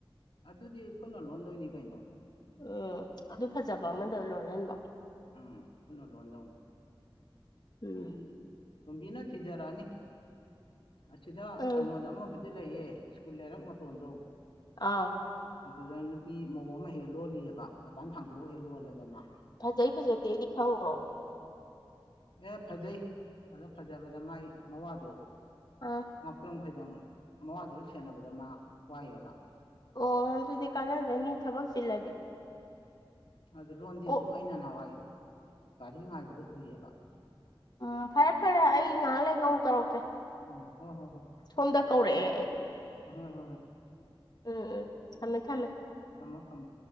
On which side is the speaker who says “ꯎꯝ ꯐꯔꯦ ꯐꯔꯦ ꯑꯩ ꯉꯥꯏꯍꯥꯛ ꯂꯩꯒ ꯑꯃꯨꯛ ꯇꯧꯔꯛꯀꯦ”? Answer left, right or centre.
Left